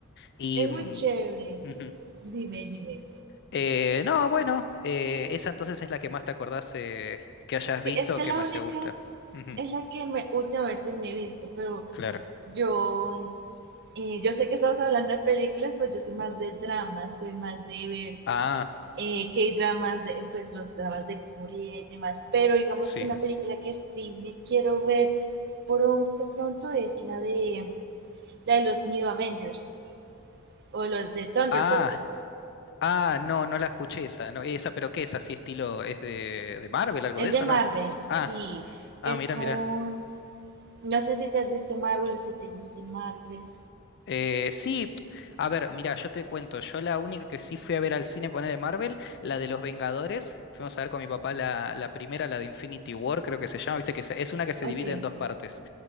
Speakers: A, on the left; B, on the right.
A: Y,
B: Es
A: mm,
B: muy chévere.
A: ujú.
B: Dime, dime.
A: Eh, no, bueno, eh, esa entonces es la que más te acordás eh, que hayas
B: Sí,
A: visto
B: es que
A: o que
B: la
A: más
B: única
A: te gusta. Ujú,
B: es la que me, últimamente me he visto, pero
A: claro.
B: yo, eh, yo sé que estamos hablando de películas, pues yo soy más de dramas, soy más de ver
A: Ah,
B: eh, que hay dramas, de, pues los dramas de Corea y demás, pero digamos
A: sí.
B: que una película que sí me quiero ver pronto, pronto es la de, la de los New Avengers o los de Thunderbolts.
A: Ah. Ah, no, no la escuché esa, no, esa, pero ¿qué es así estilo? ¿Es de, de Marvel, algo
B: Es
A: de eso,
B: de Marvel,
A: no? Ah,
B: sí,
A: ah,
B: es
A: mira,
B: con,
A: mira.
B: no sé si te has visto Marvel o si te gusta Marvel.
A: Eh, sí, a ver, mira, yo te cuento, yo la única que sí fui a ver al cine poner de Marvel, la de los Vengadores, fuimos a ver con mi papá la, la primera, la de Infinity War, creo que se llama, viste que se- es una que se
B: Ok,
A: divide en dos partes.